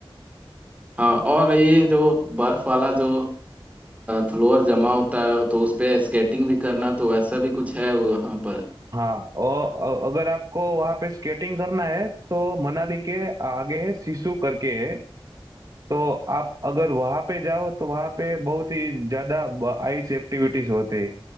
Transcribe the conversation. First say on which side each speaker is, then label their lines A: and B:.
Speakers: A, on the right; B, on the right.
A: हाँ और ये जो बर्फ वाला जो फ्लोर जमा होता है तो उस पे स्केटिंग भी करना तो वैसा भी कुछ है वहां पर
B: हाँ और अ- अगर आपको वहाँ पे स्केटिंग करना है तो मनाली के आगे सिसु करके है तो आप अगर वहां पे जाओ तो वहां पे बहुत ही ज्यादा आइस एक्टिविटीज होते हैं